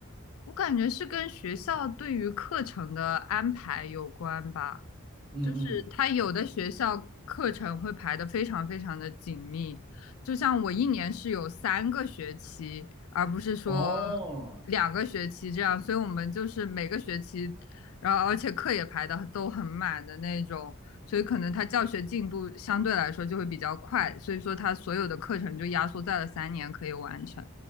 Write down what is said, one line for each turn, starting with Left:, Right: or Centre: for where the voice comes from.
Left: 我感觉是跟学校对于课程的安排有关吧，
Right: 嗯嗯，
Left: 就是它有的学校课程会排的非常非常的紧密，就像我一年是有三个学期，而不是说
Right: 哦，
Left: 两个学期这样，所以我们就是每个学期，然后而且课也排的都很满的那种，所以可能它教学进度相对来说就会比较快，所以说它所有的课程就压缩在了三年可以完成。